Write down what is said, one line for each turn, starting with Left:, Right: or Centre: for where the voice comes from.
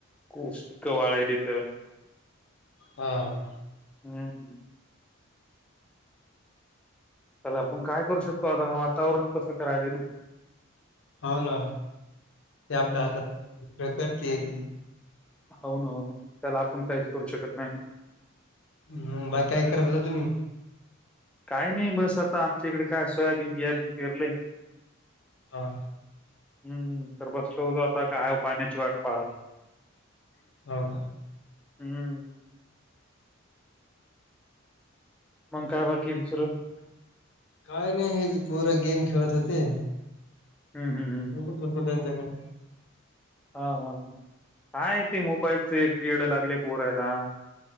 Centre: ऊस पिक वाळायलेथ.
Left: हा.
Centre: <unintelligible> तेला आपण काय करू शकतो आता वातावरण तसं करायले ना.
Left: हो ना ते आपल्या
Centre: हम्म
Left: हातात प्र करती आहे ती.
Centre: हो ना हो ना त्याला आपण काहीच करू शकत नाही.
Left: हम बाकी काय करत असता तुम्ही?
Centre: काही नाही बस आता आमच्या इकडे काय सोयाबीन घियाबीन पेरलंय.
Left: हा
Centre: हम्म तर बसल होत आता काय पाहण्याची वाट. पाहत
Left: हो का?
Centre: हम्म. मग काय बाकी दुसरं?
Left: काय नाही हे पूर गेम खेळत होते,
Centre: हम् हम हम.
Left: बघत होतो त्यांच्याकडे.
Centre: हा हा ह काय ते मोबाईलचे कड लागले पोरायला.